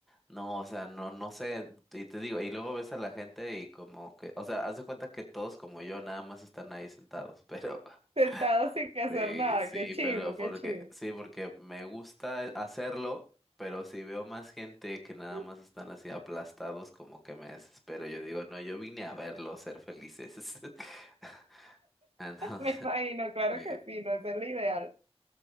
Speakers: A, in the centre; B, on the right.
A: No, o sea, no, no sé, y te digo, y luego ves a la gente y como que, o sea, haz de cuenta que todos como yo nada más están ahí sentados, pero <laughs>
B: sentado sin hacer
A: sí,
B: nada.
A: sí,
B: Qué chimbo,
A: pero porque,
B: qué chimbo.
A: sí, porque me gusta hacerlo, pero si veo más gente que nada
B: <laughs>
A: más están así aplastados, como que me desespero. Yo digo, no, yo vine a verlos ser felices. <laughs> Entonces,
B: Me imagino, claro
A: sí,
B: que sí, no ese es lo ideal.